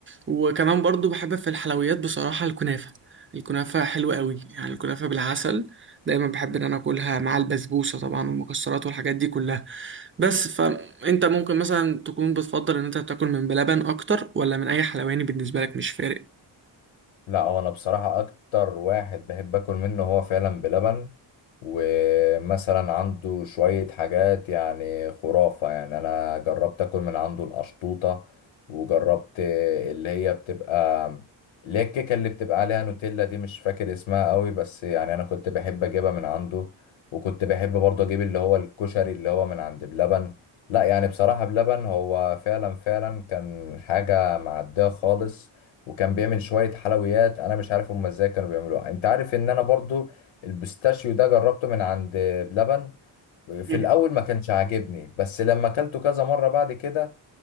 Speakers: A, on the right (about 25°); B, on the left (about 80°).
A: وكمان برضو بحب في الحلويات بصراحة الكنافة الكنافة حلوة قوي يعني الكنافة بالعسل دايما بحب ان انا اكلها مع البسبوسة طبعا والمكسرات والحاجات دي كلها بس فانت ممكن مثلا تكون بتفضل ان انت تاكل من بلبن اكتر ولا من اي حلواني بالنسبة لك مش فارق
B: لا هو انا بصراحة اكتر واحد بحب اكل منه هو فعلا بلبن ومثلا عنده شوية حاجات يعني خرافة يعني أنا جربت أكل من عنده القشطوطة وجربت اللي هي بتبقى اللي هي الكيكة اللي بتبقى عليها نوتيلا دي مش فاكر اسمها قوي بس يعني أنا كنت بحب أجيبها من عنده وكنت بحب برضه أجيب اللي هو الكشري اللي هو من عند بلبن لا يعني بصراحة بلبن هو فعلا فعلا كان حاجة معدية خالص وكان بيعمل شوية حلويات أنا مش عارف هما ازاي كانوا بيعملوها أنت عارف إن أنا برضو البيستاشيو ده جربته من عند بلبن في
A: مم.
B: الاول ما كانش عاجبني بس لما اكلته كذا مره بعد كده